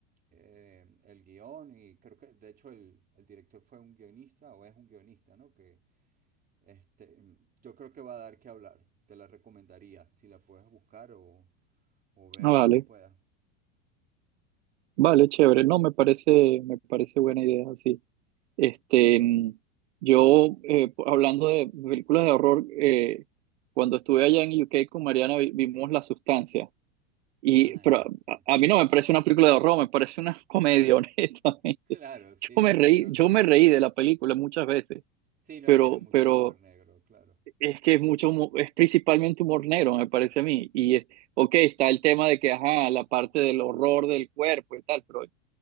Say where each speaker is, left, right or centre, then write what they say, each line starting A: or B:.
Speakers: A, on the right (about 25°); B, on the right (about 75°).
A: eh, el guión y creo que de hecho el, el director fue un guionista o es un guionista, ¿no? Que este, mm, yo creo que va a dar que hablar, te la recomendaría si la puedes buscar o, o ver
B: Ah, vale.
A: cuando puedas.
B: Vale, chévere. No, me parece, me parece buena idea, sí. Este, mm, yo, eh, po- hablando de películas de horror, eh, cuando estuve allá en UK con Mariana vi- vimos La Sustancia. Y,
A: Ah,
B: pero
A: ya,
B: a,
A: sí.
B: a mí no me parece una película de horror, me parece una comedia, <laughs> honestamente.
A: Claro, sí,
B: Yo
A: sí,
B: me reí,
A: sí, no,
B: yo me reí de la película muchas veces,
A: sí, no
B: pero,
A: tiene mucho
B: pero
A: humor negro, claro.
B: es que es mucho, humo- es principalmente humor negro, me parece a mí. Y es, ok, está el tema de que, ajá, la parte del horror del cuerpo y tal, pero